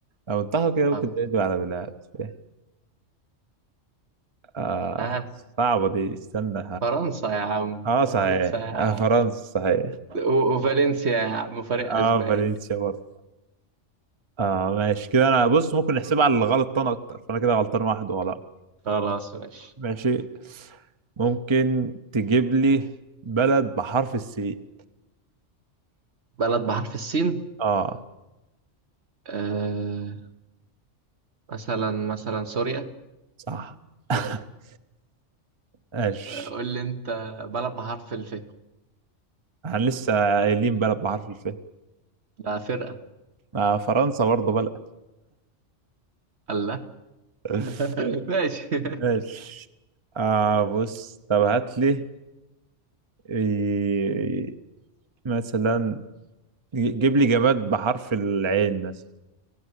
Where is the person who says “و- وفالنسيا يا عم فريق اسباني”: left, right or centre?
Right